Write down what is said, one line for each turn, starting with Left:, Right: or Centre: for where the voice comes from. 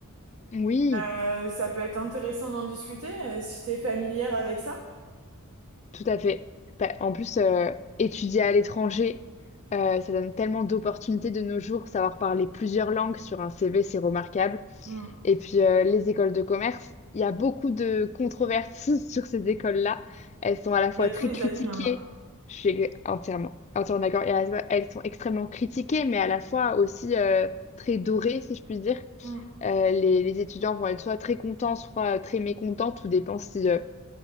Left: Oui,
Right: Euh, ça peut être intéressant d'en discuter euh, si t'es familière avec ça.
Left: tout à fait. Bah, en plus, euh, étudier à l'étranger, euh, ça donne tellement d'opportunités de nos jours. Savoir parler plusieurs langues sur un CV, c'est remarquable.
Right: Mm.
Left: Et puis euh, les écoles de commerce, il y a beaucoup de controverses <laughs> sur ces écoles-là. Elles sont à la fois
Right: Il y a tous
Left: très
Right: les
Left: critiquées,
Right: avis maintenant.
Left: je suis entièrement, entièrement d'accord, et à la fois, elles sont extrêmement critiquées, mais à la fois aussi euh, très dorées, si je puis dire.
Right: Mm.
Left: Euh, les, les étudiants vont être soit très contents, soit euh, très mécontents, tout dépend si euh,